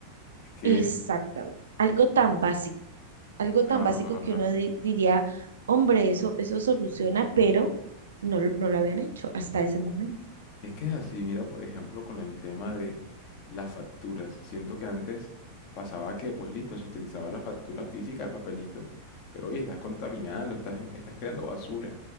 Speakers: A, on the left; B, on the right.
A: Es que,
B: Exactamente. Algo tan básico. Algo tan
A: no,
B: básico
A: no.
B: que
A: no.
B: uno di- diría, hombre, eso, eso soluciona, pero no, lo- no lo habían hecho hasta ese momento.
A: Es que es así, mira, por ejemplo, con el tema de las facturas. Siento que antes pasaba que, pues listo, se utilizaba la factura física, el papelito, pero oye, estás contaminando, estás, en- estás creando basura.